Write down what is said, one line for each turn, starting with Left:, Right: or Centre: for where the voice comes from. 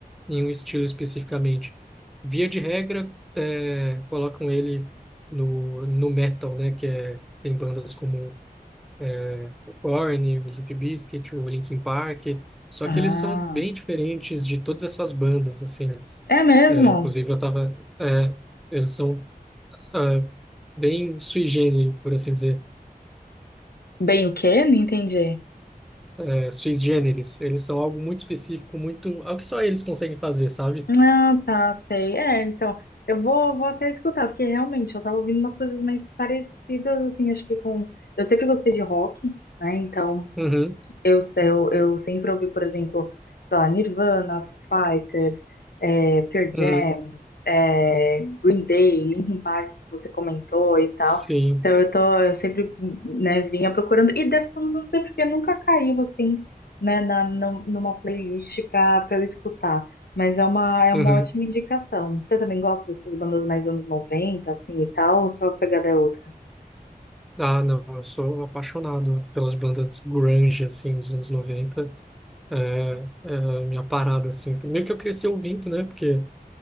Centre: em um estilo especificamente. Via de regra, é, colocam ele no, no metal, né? Que é, tem bandas como é, o Korn, o Limp Bizkit, o Linkin Park. Só
Left: Ah,
Centre: que eles são bem diferentes de todas essas bandas, assim. né?
Left: é mesmo?
Centre: É, inclusive, eu tava... é, eles são é, bem sui generis, por assim dizer.
Left: Bem o quê? Não entendi.
Centre: É, sui generis. Eles são algo muito específico, muito... Algo que só eles conseguem fazer, sabe?
Left: Ah, tá, sei. É, então, eu vou, vou até escutar, porque realmente eu tava ouvindo umas coisas mais parecidas, assim, acho que com... Eu sempre gostei de rock, né, então...
Centre: Uhum,
Left: Eu, se- eu, eu sempre ouvi, por exemplo, sei lá, Nirvana, Foo Fighters, é, Pearl Jam,
Centre: uhum,
Left: é, Green Day, Linkin Park, que você comentou e tal.
Centre: sim.
Left: Então eu tô, eu sempre, né, vinha procurando. E Deftones, não sei porque nunca caiu assim, né, na, num- numa playlist pra, pra eu escutar. Mas é uma, é
Centre: Uhum.
Left: uma ótima indicação. Você também gosta dessas bandas mais anos 90 assim, e tal, ou sua pegada é outra?
Centre: Ah, não, eu sou apaixonado pelas bandas grunge, assim, dos anos 90. É, é a minha parada, assim. Primeiro que eu cresci ouvindo, né? Porque